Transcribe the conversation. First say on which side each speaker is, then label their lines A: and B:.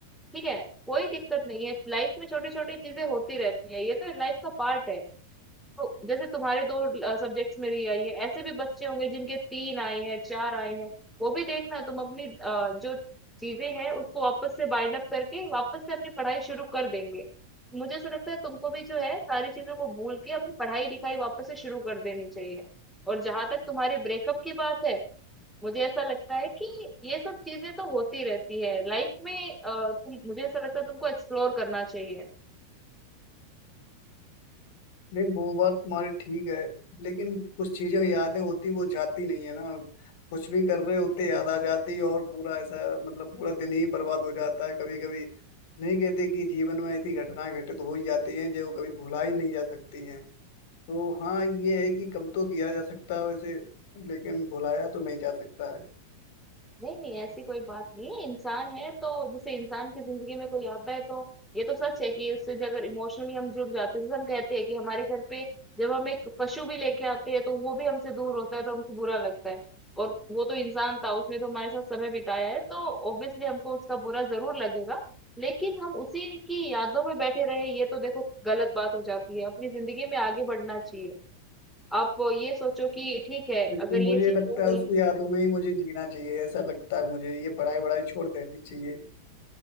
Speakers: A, in the centre; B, on the left (about 50°).
A: ठीक है कोई दिक्कत नहीं है लाइफ में छोटी छोटी चीजें होती रहती है ये तो लाइफ का पार्ट है तो जैसे तुम्हारे दो सब्जेक्ट्स मेरी आई है ऐसे भी बच्चे होंगे जिनके तीन आए हैं चार आए हैं वो भी देखना तुम अपनी अ, जो चीजें हैं उसको वापस से बाइंड अप करके वापस से अपनी पढ़ाई शुरू कर देंगे मुझे ऐसा लगता है तुमको भी जो है सारी चीजों को भूल के अपनी पढ़ाई लिखाई वापस से शुरू कर देनी चाहिए और जहां तक तुम्हारे ब्रेकअप की बात है मुझे ऐसा लगता है कि ये सब चीजें तो होती रहती है लाइफ में अ, तुम मुझे ऐसा लगता है तुमको एक्सप्लोर करना चाहिए
B: नहीं वो बात तुम्हारी ठीक है लेकिन कुछ चीजें यादें होती वो जाती नहीं है ना कुछ भी कर रहे होते याद आ जाती और पूरा ऐसा मतलब पूरा दिन ही बर्बाद हो जाता है कभी कभी नहीं कहते कि जीवन में ऐसी घटनाएं घटित हो ही जाती हैं जो कभी भुला ही नहीं जा सकती हैं तो हाँ ये है कि कम तो किया जा सकता है वैसे लेकिन भुलाया तो नहीं जा सकता है
A: नहीं नहीं ऐसी कोई बात नहीं है इंसान है तो जैसे इंसान की जिंदगी में कोई आता है तो ये तो सच है कि उससे जो अगर इमोशनली हम जुड़ जाते हैं जैसे हम कहते हैं कि हमारे घर पे जब हम एक पशु भी लेके आते हैं तो वो भी हमसे दूर होता है तो हमको बुरा लगता है और वो तो इंसान था उसने तो हमारे साथ समय बिताया है तो ऑब्वियसली हमको उसका बुरा जरूर लगेगा लेकिन हम उसी की यादों में बैठे रहे ये तो देखो गलत बात हो जाती है अपनी जिंदगी में आगे बढ़ना चाहिए आप ये सोचो कि ठीक है
B: लेकिन
A: अगर ये
B: मुझे
A: चीज
B: लगता
A: हो गई
B: है उसकी यादों में ही मुझे जीना चाहिए ऐसा लगता है मुझे ये पढ़ाई वढ़ाई छोड़ देनी चाहिए